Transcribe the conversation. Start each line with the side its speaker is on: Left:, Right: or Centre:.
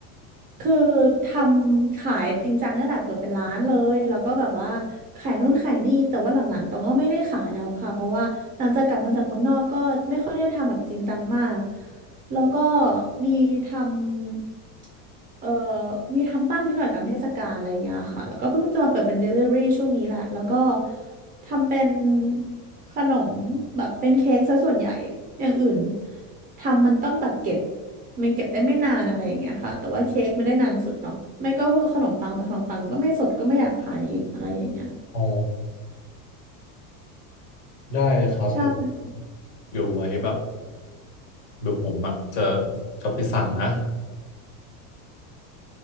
Right: คือทำขายจริงจังขนาดเปิดเป็นร้านเลยแล้วก็แบบว่าขายนู่นขายนี่แต่ว่าหลังๆตองก็ไม่ได้ขายแล้วค่ะ เพราะว่าหลังจากกลับมาจากเมืองนอกก็ไม่ค่อยได้ทำแบบจริงจังมาก แล้วก็มีทำเอ่อมีทำบ้างนิดหน่อยตามเทศกาลอะไรอย่างเงี้ยค่ะแล้วก็เพิ่งจะมาเปิดเป็น Delivery ช่วงนี้แหละแล้วก็ทำเป็นขนมแบบเป็นเค้กซะส่วนใหญ่อย่างอื่นทำมันต้องแบบเก็บ มันเก็บได้ไม่นานอะไรอย่างเงี้ยค่ะแต่ว่าเค้กไม่ได้นานสุดเนาะไม่ก็พวกขนมปังแต่ขนมปังก็ไม่สดก็ไม่อยากขายอีกอะไรอย่างเงี้ย
Left: อ๋อได้เลยครับเดี๋ยว
Right: ใช่
Left: เดี๋ยวไว้แบบเดี๋ยวผมอะจะจะไปสั่งนะ